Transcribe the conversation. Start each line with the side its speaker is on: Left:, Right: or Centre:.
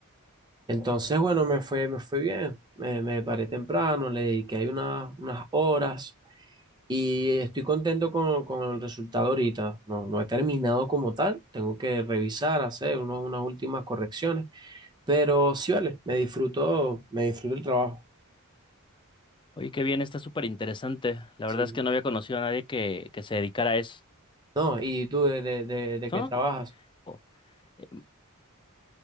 Right: Entonces, bueno, me fue, me fue bien. Me, me paré temprano, le dediqué ahí unas, unas horas y estoy contento con, con el resultado ahorita. No, no he terminado como tal, tengo que revisar, hacer unos- unas últimas correcciones, pero sí vale, me disfruto, me disfruto el trabajo.
Left: Oye, qué bien, está súper interesante. La
Right: Sí.
Left: verdad es que no había conocido a nadie que, que se dedicara a eso.
Right: No, ¿y tú de, de, de, de
Left: ¿no?
Right: qué trabajas?
Left: O- eh,